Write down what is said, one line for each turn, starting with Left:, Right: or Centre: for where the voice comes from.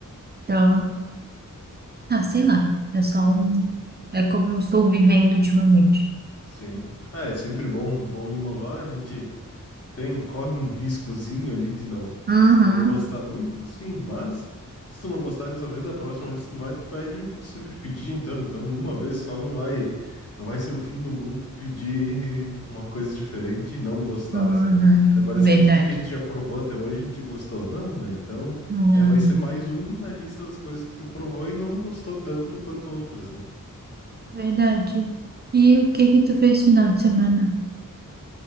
Right: Então, Ah, sei
Left: é,
Right: lá. É só um. É como eu estou vivendo ultimamente.
Left: sim. Ah, é sempre bom, bom inovar, a gente Tem, corre um riscozinho ali de não
Right: Uhum.
Left: não gostar muito, sim, mas se tu não gostar dessa vez, a próxima vez que tu vai, tu pede o que tu sempre pedia, então, então uma vez só não vai não vai ser o fim do mundo tu pedir uma coisa diferente e não gostar,
Right: Uhum.
Left: sabe? Até parece
Right: Verdade.
Left: que tudo que a gente já provou até hoje a gente gostou, não, né? Então,
Right: Não,
Left: é, vai ser mais um na lista das coisas que tu provou e não gostou tanto quanto outras, né?
Right: verdade. E o que que tu fez no final de semana?